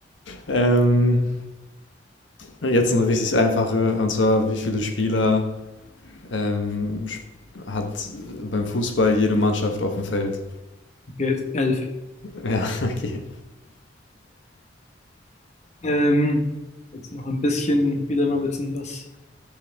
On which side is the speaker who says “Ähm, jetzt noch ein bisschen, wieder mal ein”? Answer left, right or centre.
Left